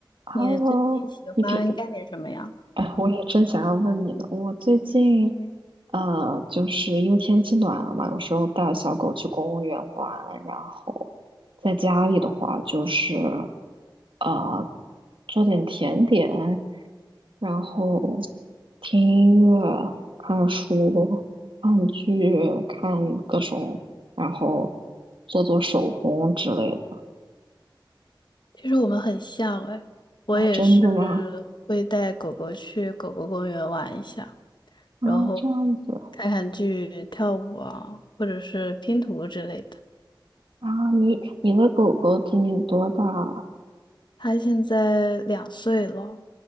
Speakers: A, on the right; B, on the left.
A: Hello，
B: 你最近喜欢干点什么呀？
A: 你平，哎，我也正想要问你呢。我最近，呃，就是因为天气暖了嘛，有时候带小狗去公园玩，然后在家里的话就是，呃，做点甜点，然后听音乐、看书、看剧、看各种，然后做做手工之类的。
B: 其实我们很像哎，我也是
A: 然后真的吗？
B: 会带狗狗去狗狗公园玩一下，
A: 啊，
B: 然后
A: 这样子。
B: 看看剧、跳舞啊，或者是拼图之类的。
A: 啊，你你的狗狗今年多大了？
B: 它现在两岁了，